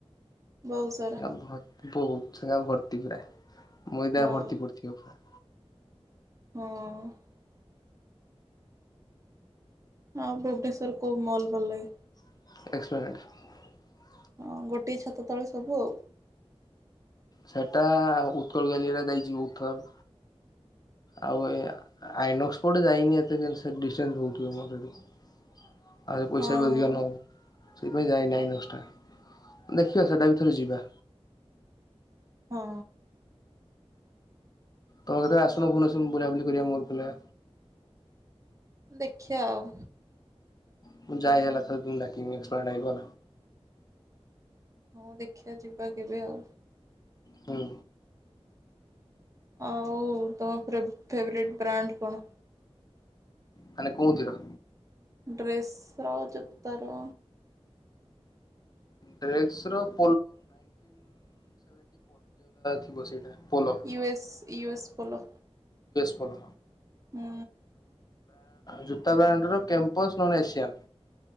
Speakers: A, on the right; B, on the left.
A: ବହୁତ ସାରା
B: ସେ ଭ ବହୁତ ସେଙ୍ଗା ଭତ୍ ଟି ପୁରା। ମଇଦାନ
A: ହଁ
B: ଭର୍ତି ପୁଥିବୁରା
A: ହଁ। ହଁ ଭୁବନେଶ୍ୱର କଉ ମଲ ବଲ ଲାଗେ।
B: ଏକ୍ସପରିମେଣ୍ଟ
A: ହଁ ଗୋଟିଏ ଛାତ ତଳେ ସବୁ ଆଉ।
B: ସେଟା ଉତ୍କଳ ଗାଲିା ଯାଇଛିିବ ଉତ୍ଥର ଆଉ ଏ ଆଇନସ ସେପଟେ ଯାଇନି ଏତେ କା ସେ ଡିଷ୍ଟାନ୍ସ ବହୁତ ହୁଏ ମୋର ସେ ଆ ପଇସା
A: ହଁ ହଁ ହଁ
B: ବି ଅଧିକାର ନଉ। ସେଇଥିପାଇଁ ଯାଇ ନାଇଁ ନକ୍ସଟା ଦେଖିବା ସେଟା ବିଥରେ ଯିବା।
A: ହଁ।
B: ତମ କେତରେ ଆସନ ଫୁଣିସନ ବୁଲାବୁଲି କରିବା ମୋର ପିଲ
A: ଦେଖିଆଉ।
B: ମୁଁ ଯାଇ ହେଲା ତଥମ ଡାକି ଆଲା
A: ହଁ ଦେଖିବା ଯିବା କେବେ ଆଉ।
B: ହୁଁ।
A: ଆଉ ତମ ଫ୍ରେବ ଫେବ୍ରେଟ ବ୍ରାଣ୍ଡ କଣ।
B: ମାନେ କୋହୁଥିର
A: ଡ୍ରେସର ଜୋତାର
B: ଯଉଟା ଥିବ ସେଇଟା। Polo.
A: U S U S ପୋଲ
B: ଶଲ
A: ହୁଁ।
B: ଜୁତା ବ୍ରାଣ୍ଡର କ୍ୟାମ୍ପସ୍ ନନ୍ ଏସିଆନ୍